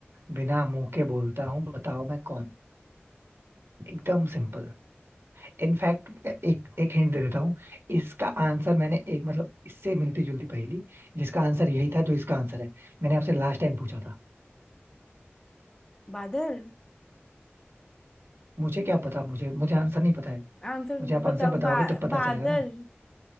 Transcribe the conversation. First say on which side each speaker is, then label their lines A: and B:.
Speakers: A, on the right; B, on the left.
A: बिना मुंह के बोलता हूँ बताओ मैं कौन एकदम सिंपल इनफैक्ट एक एक हिंट दे देता हूँ इसका आंसर मैंने एक मतलब इससे मिलती जुलती पहेली जिसका आंसर यही था जो इसका आंसर है मैंने आपसे लास्ट टाइम पूछा था
B: बादल
A: मुझे क्या पता मुझे मुझे आंसर नहीं पता है
B: आंसर
A: मुझे आप
B: बताओ
A: आंसर बताओगे
B: बा,
A: तब पता
B: बादल
A: चलेगा ना